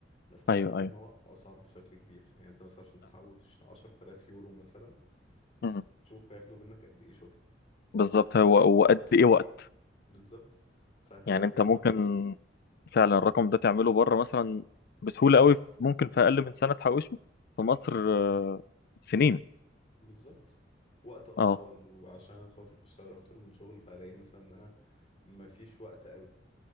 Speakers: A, on the left; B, on the left.
A: بس الفكرة
B: ايوه ايوه
A: ان هو اصعب بشكل كبير يعني انت مثلا عشان تحوش 10000 يورو مثلا
B: أه.
A: شوف هياخدوا منك قد ايه شغل
B: بالظبط هو وقد ايه وقت
A: بالظبط فهتاخد
B: يعني انت
A: مني
B: ممكن
A: مجهود
B: فعلا الرقم ده تعمله بره مثلا بسهولة قوي ممكن في اقل من سنة تحوشه في مصر آه، سنين
A: بالظبط وقت اطول
B: اه
A: وعشان خاطر بشتغل اكتر من شغل فهلاقي مثلا ان انا مفيش وقت قوي